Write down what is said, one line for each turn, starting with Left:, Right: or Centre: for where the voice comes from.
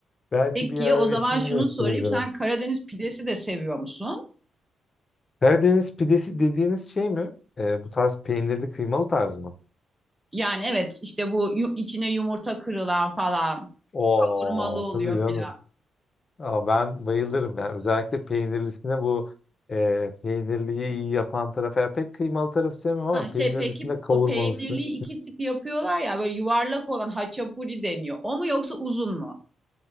Left: belki
Centre: Peki
Left: bir yer
Centre: o zaman
Left: resmini
Centre: şunu
Left: gösterebilirim.
Centre: sorayım. Sen Karadeniz pidesi de seviyor musun?
Left: Karadeniz pidesi dediğimiz şey mi? Ee, bu tarz peynirli kıymalı tarzı mı?
Centre: Yani evet işte bu yu- içine yumurta kırılan falan,
Left: Oo
Centre: hurmalı oluyor
Left: tabii canım.
Centre: filan.
Left: Aa, ben bayılırım yani. Özellikle peynirlisine bu e, peynirliyi iyi yapan taraf. Yani pek kıymalı tarafı sevmem ama
Centre: Ha, şey
Left: peynirlisinde
Centre: peki
Left: kavurmalısı.
Centre: o peynirli iki tip yapıyorlar ya böyle yuvarlak olan haçapuri deniyor. O mu yoksa uzun mu?